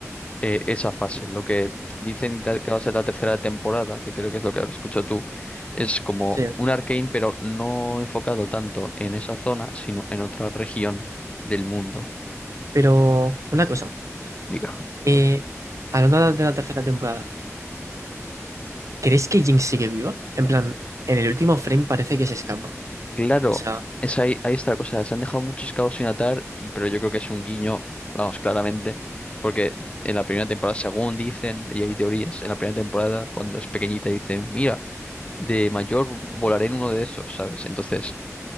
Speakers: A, on the left; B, on the right.
A: eh, esa fase. Lo que dicen que va a ser la tercera temporada, que creo que es lo que ahora escucho tú, es como
B: Sí.
A: un Arcane, pero no enfocado tanto en esa zona, sino en otra región del mundo,
B: Pero una cosa,
A: diga.
B: eh, hablando de la tercera temporada, ¿crees que Jinx sigue viva? En plan, en el último frame parece que se escapa.
A: Claro,
B: O sea,
A: es ahí, ahí está la cosa. Se han dejado muchos cabos sin atar, y, pero yo creo que es un guiño, vamos, claramente. Porque en la primera temporada, según dicen, y hay teorías, en la primera temporada, cuando es pequeñita, dicen, mira, de mayor volaré en uno de esos, ¿sabes? Entonces,